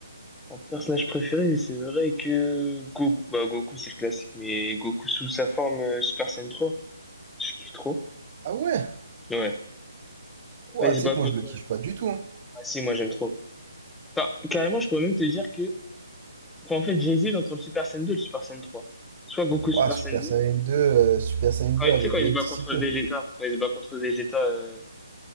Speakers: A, in the centre; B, on the right.
A: en personnage préféré, c'est vrai que Goku, bah Goku, c'est le classique, mais Goku sous sa forme euh, Super Saiyan trois Je kiffe trop.
B: Ah ouais?
A: Ouais.
B: Ouah,
A: Ouais, Il
B: tu
A: se bat
B: sais que
A: contre.
B: moi, je le kiffe pas du tout. hein.
A: Ah si, moi j'aime trop. Enfin, carrément, je pourrais même te dire que. Enfin, en fait, j'hésite entre le Super Saiyan 2 et le Super Saiyan trois Soit Goku Super
B: Ouah, Super
A: Saiyan deux
B: Saiyan deux, euh, Super Saiyan
A: Quand-
B: 2 avec
A: tu sais, quand
B: l'électricité.
A: il se bat contre Vegeta. Quand il se bat contre Vegeta euh,